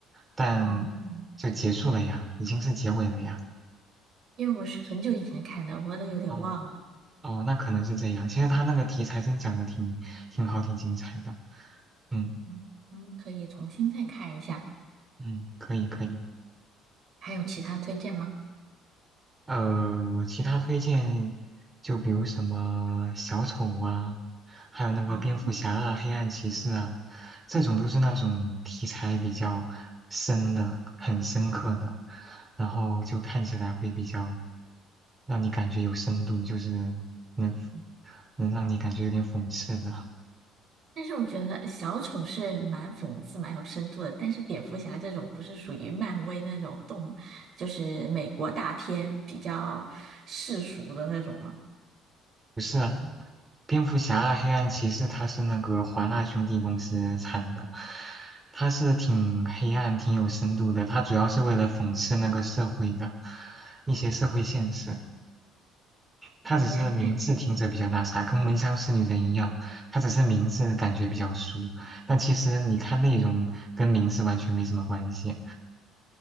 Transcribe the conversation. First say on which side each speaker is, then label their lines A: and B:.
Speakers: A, on the right; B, on the right.
A: 但就结束了呀，
B: 嗯，
A: 已经是结尾了呀。
B: 因为我是很久以前看的，我都有点忘了。
A: 哦哦，那可能是这样。其实他那个题材真讲的挺挺好，挺精彩的。嗯
B: 嗯，嗯可以重新再看一下。
A: 嗯，可以可以。
B: 还有其他推荐吗？
A: 呃，其他推荐就比如什么小丑啊，还有那个蝙蝠侠啊、
B: 哦，
A: 黑暗骑士啊，这种都是那种题材比较深的、很深刻的，然后就看起来会比较让你感觉有深度，就是能能让你感觉有点讽刺的。
B: 但是我觉得小丑是蛮讽刺、蛮有深度的，但是蝙蝠侠这种不是属于漫威那种动，就是美国大片比较世俗的那种吗？
A: 不是啊，蝙蝠侠、黑暗骑士，它是那个华纳兄弟公司产的，它是挺黑暗、挺有深度的。它主要是为了讽刺那个社会的一些社会现实。它只是名字听着比较那啥，
B: 你还看出，
A: 跟《闻香识女人》一样，它只是名字感觉比较俗，但其实你看内容跟名字完全没什么关系。